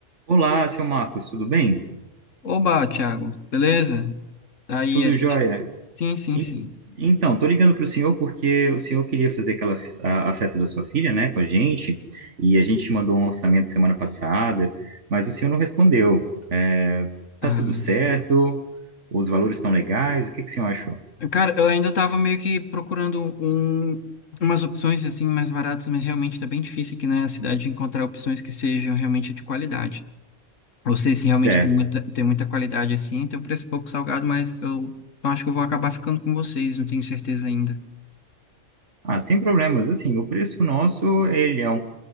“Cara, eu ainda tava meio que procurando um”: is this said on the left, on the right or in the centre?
Left